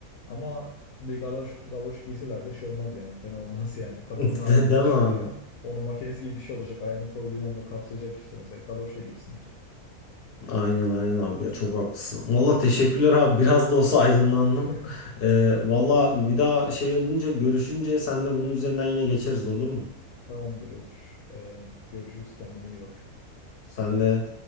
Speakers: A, on the left (about 70°); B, on the left (about 45°).
A: Ama bir galoş, galoş giysiler de şey olmaz yani, fena olmaz <laughs> yani. Kapının
B: <laughs>
A: ağzında
B: De- Değil
A: şey
B: mi abi?
A: olacak, <laughs> onun makinesi gibi bir şey olacak, ayağını koyduğun anda kapsayacak işte mesela galoşla girsin içeri.
B: Aynen aynen abi ya çok haklısın. Valla teşekkürler abi biraz da olsa aydınlandım.
A: <laughs>
B: Ee, valla bir daha şey olunca görüşünce senle bunun üzerinden yine geçeriz olur mu?
A: Tamamdır olur. E, görüşürüz, kendine iyi bak.
B: Sen de